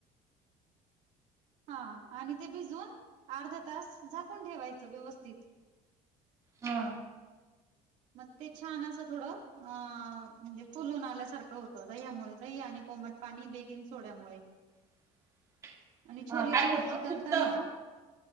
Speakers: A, on the right; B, on the right.
A: हा आणि ते भिजून अर्ध तास झाकून ठेवायचं व्यवस्थित.
B: हा.
A: मग ते छान असं थोडं अ म्हणजे फुलून आल्यासारखं होतं दह्यामुळे दही आणि कोमट पाणी बेकिंग सोड्यामुळे.
B: <inaudible>
A: आणि छोलेची
B: काय होतं
A: भाजी कर.
B: फुगत
A: त्यांना